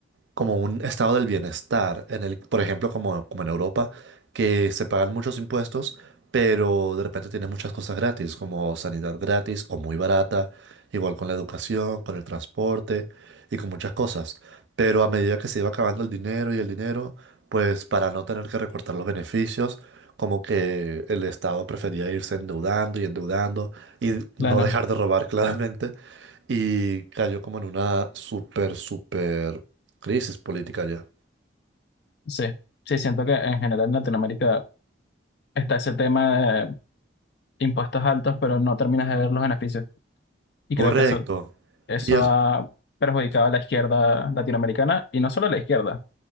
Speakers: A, on the right (about 70°); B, on the left (about 55°).
A: como un estado del bienestar, en el, por ejemplo, como, como en Europa, que se pagan muchos impuestos, pero de repente tienes muchas cosas gratis, como sanidad gratis o muy barata, igual con la educación, con el transporte y con muchas cosas. Pero a medida que se iba acabando el dinero y el dinero, pues para no tener que recortar los beneficios, como que el Estado prefería irse endeudando y endeudando y
B: claro,
A: no dejar de robar <laughs> claramente y cayó como en una súper, súper crisis política ya.
B: sí. Sí, siento que en general en Latinoamérica está ese tema de impuestos altos, pero no terminas de ver los beneficios. Y
A: Correcto.
B: creo que eso, eso
A: Y es,
B: ha perjudicado a la izquierda latinoamericana y no solo a la izquierda,